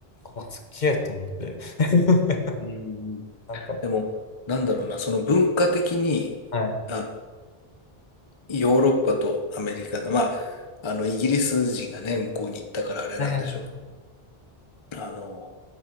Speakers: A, on the left; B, on the left.
A: あ、すっげえと思って。<laughs>
B: うん、うん、
A: なんか、
B: でも、なんだろうな、その文化的に、
A: はい。
B: あの、ヨーロッパとアメリカで、まあ、あの、イギリス人がね、向こうに行ったからあれなんでしょうけ
A: はいはいは
B: ど、あの、